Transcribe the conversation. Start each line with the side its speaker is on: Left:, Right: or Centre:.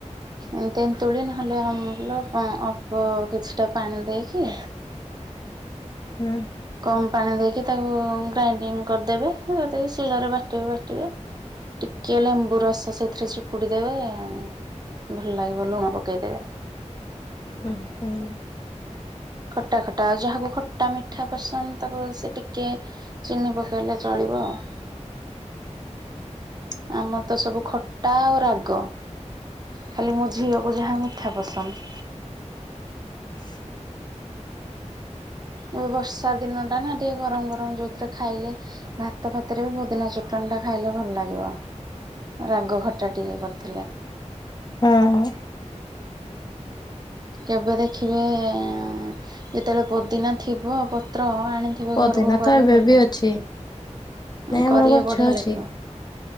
Right: କି ଏ ତେନ୍ତୁଳି ନହେଲେ ଆମ୍ବୁଲ ପା ଅଳ୍ପ କିଛିଟା ପାଣି ଦେଇକି
Left: <inaudible> ହୁଁ।
Right: କମ ପାଣି ଦେଇକି ତାକୁ ଗ୍ରାଇଣ୍ଡିଙ୍ଗ କରିଦେବେ ଯଦି ଶିଳରେ ବାଟିବେ ବାଟିବେ। ଟିକେ ଲେମ୍ବୁ ରସ ସେଥିରେ ଚିପୁଡି ଦେବେ ଭଲ ଲାଗିବ ଲୁଣ ପକେଇଦେବେ।
Left: ଉଁ ହୁଁ।
Right: ଖଟା ଖଟା ଆଉ ଯାହାକୁ ଖଟା ମିଠା ପସନ୍ଦ ତାକୁ ସେ ଟିକେ ଚିନି ପକେଇଲେ ଚଳିବ ଆଉ
Left: <inaudible>
Right: ଆମର ତ ସବୁ ଖଟା ଆଉ ରାଗ। ଖାଲି ମୋ ଝିଅକୁ ଯାହା ମିଠା ପସନ୍ଦ।
Left: <inaudible>
Right: ଏବେ ବର୍ଷା ଦିନଟା ନା ଟିକେ ଗରମ ଗରମ ଯୋଉଥିରେ ଖାଇଲେ ଭାତ ଫାତରେ ବି ପୁଦିନା ଚଟଣିଟା ଖାଇଲେ ଭଲ ଲାଗିବ। ରାଗ ଖଟା ଟିକେ କରିଥିଲେ।
Left: ତା।
Right: କେବେ ଦେଖିବେ ଏ ଯେତେବେଳେ ପୋଦିନା ଥିବ ପତ୍ର ଆଣି କେବେ
Left: ପୋଦିନା
Right: ଘରକୁ ଗଲେ
Left: ତ
Right: କରିବ
Left: ଏବେ
Right: ଭଲ
Left: ବି
Right: ଲାଗେ।
Left: ଅଛି ନାଇଁ
Right: କରିବେ
Left: ଆମର ଗଛ
Right: ବଢିଆ
Left: ଅଛି
Right: ଲାଗିବ